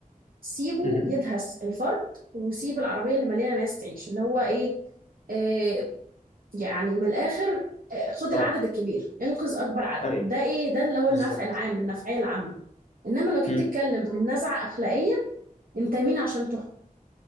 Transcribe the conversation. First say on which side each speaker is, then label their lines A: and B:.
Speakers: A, on the right; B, on the left.
A: سيبه
B: مهم.
A: يدهس الفرد وسيب العربية اللي مليانة ناس تعيش اللي هو إيه آه، يعني من الآخر آه، خد
B: اه
A: العدد الكبير انقذ أكبر عدد
B: ايوه
A: ده إيه ده اللي هو
B: بالظبط
A: النفع العام النفعية العامة إنما لو جيت
B: امم
A: تتكلم من نزعة أخلاقية أنت مين عشان تحكم